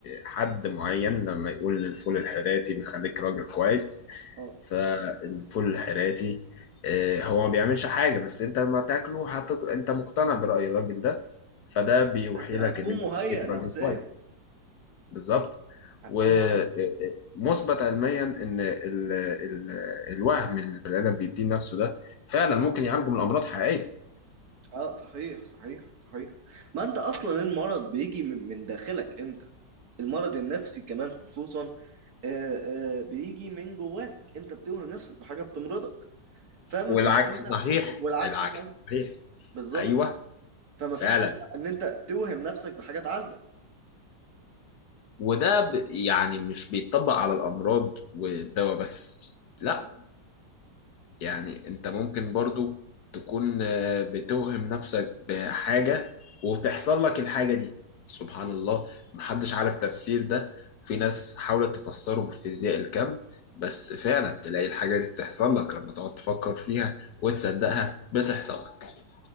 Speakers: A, on the left (about 65°); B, on the right (about 55°).
A: حد معين لما يقول ان الفول الحراتي بيخليك راجل كويس
B: اه
A: فالفول الحراتي آه، هو ما بيعملش حاجه بس انت لما تاكله هتق... انت مقتنع براي الراجل ده فده بيوحي
B: هت هتكون
A: لك ان انت
B: مهيأ
A: بقيت
B: نفسيا
A: راجل كويس بالظبط
B: هتكون
A: ومثبت
B: مهيأ نفسيا
A: علميا ان ال... ال... الوهم اللي البني ادم بيديه نفسه ده فعلا ممكن يعالجه من امراض حقيقيه
B: اه صحيح صحيح صحيح ما انت اصلا المرض بيجي من من داخلك انت المرض النفسي كمان خصوصا آه، آه، بيجي من جواك انت بتوهم نفسك بحاجه بتمرضك فما
A: والعكس
B: فيش مانع
A: صحيح
B: والعكس
A: العكس
B: صحيح
A: صحيح
B: بالظبط
A: ايوه
B: فما
A: فعلا
B: فيش مانع ان انت توهم نفسك بحاجه تعالجك
A: وده ب... يعني مش بيتطبق على الامراض والدواء بس لا
B: اه
A: يعني انت ممكن برضو تكون آه، بتوهم نفسك بحاجة وتحصل لك الحاجة دي سبحان الله محدش عارف تفسير ده في ناس حاولت تفسره بفيزياء الكم بس فعلا تلاقي الحاجة دي بتحصل لك لما تقعد تفكر فيها وتصدقها بتحصل لك